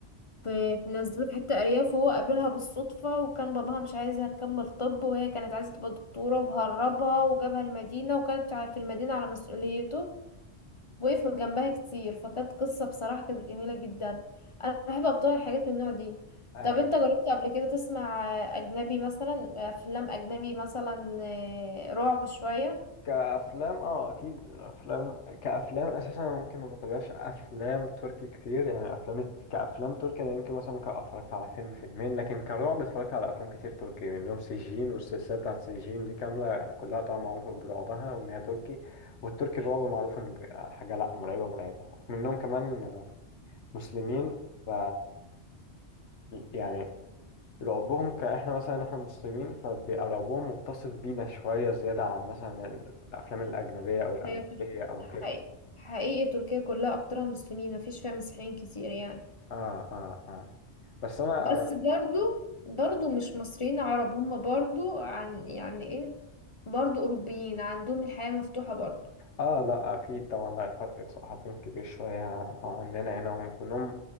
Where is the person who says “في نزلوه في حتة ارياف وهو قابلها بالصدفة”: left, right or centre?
Left